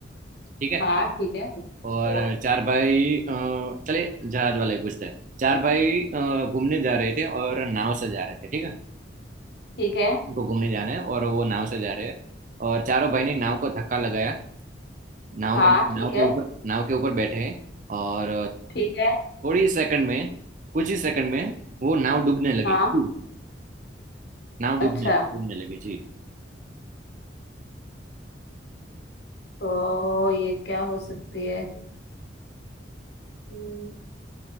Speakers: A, on the right; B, on the left.
A: ठीक है
B: हाँ ठीक है हाँ
A: और चार भाई अ, चलिए जहाज वाले पूछते हैं चार भाई अ, घूमने जा रहे थे और नाव से जा रहे थे ठीक है
B: ठीक है
A: को घूमने जाना है और वो नाव से जा रहे हैं और चारों भाई ने नाव को धक्का लगाया नाव
B: हाँ
A: में
B: ठीक
A: नाव
B: है
A: के ऊपर नाव के ऊपर बैठे हैं और
B: ठीक है
A: थोड़ी सेकंड में कुछ ही सेकंड में वो नाव डूबने लगी
B: हाँ
A: जी। नाव
B: अच्छा
A: डूबने डूबने लगी जी
B: तो ये क्या हो सकती है हम्म,